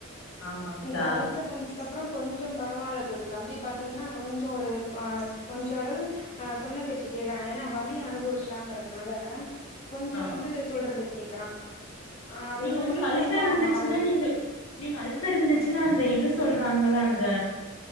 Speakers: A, on the left; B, on the left.
A: ஆமாங்க்கா
B: இப்ப அல்சர் வந்து அதுக் அப்புற கொஞ்ச பரவால்ல தோழி தம்பி பாத்தீங்கன்னா கொஞ்சம் ஒரு ஆ கொஞ்ச அளவு ஆ சொன்ன பேச்சு கேக்குறா ஏன்னா வழி அனுபவிச்சிட்டாங்கறதுனால கொஞ்சோ
A: ஆ
B: வந்து சொல்றத கேக்கறா ஆ அது
A: நீங்க
B: வந்து முழுசா
A: இந்த அல்சர்
B: இன்னு
A: இருந்துச்சுன்னா
B: அவ மாறல
A: நீங்க நீங்க அல்சர் இருந்துச்சுன்னா அந்த இது சொல்றாங்கல்ல அந்த